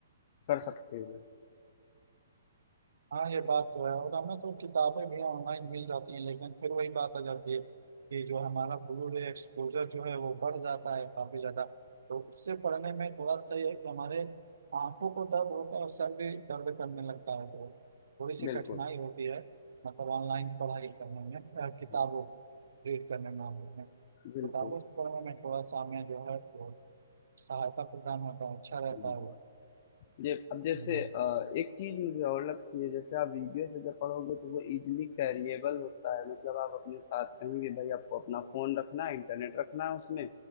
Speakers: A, on the left; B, on the right.
A: कर सकते हो
B: हाँ ये बात तो है और हमें तो किताबें भी ऑनलाइन मिल जाती हैं लेकिन फिर वही बात आ जाती है कि जो हमारा ब्लू रे एक्सपोजर जो है वो बढ़ जाता है काफी ज्यादा तो उससे पढ़ने में थोड़ा सा ये है कि हमारे आंखों को दर्द होता है और सर भी दर्द करने लगता है तो थोड़ी सी
A: बिल्कुल
B: कठिनाई होती है मतलब ऑनलाइन पढ़ाई करने में अ, किताबों
A: हम्म,
B: को रीड करने में हमें
A: बिल्कुल
B: किताबों से पढ़ने में थोड़ा सा हमें जो है वो सहायता प्रदान होता है अच्छा रहता
A: हम्म।
B: है वो
A: ये अब जैसे
B: हम्म।
A: अ, एक चीज मुझे और लगती है जैसे आप वीडियो से जब पढ़ोगे तो वो इजीली कैरिएबल होता है मतलब आप अपने साथ कहीं भी भाई आपको अपना फोन रखना है इंटरनेट रखना है उसमें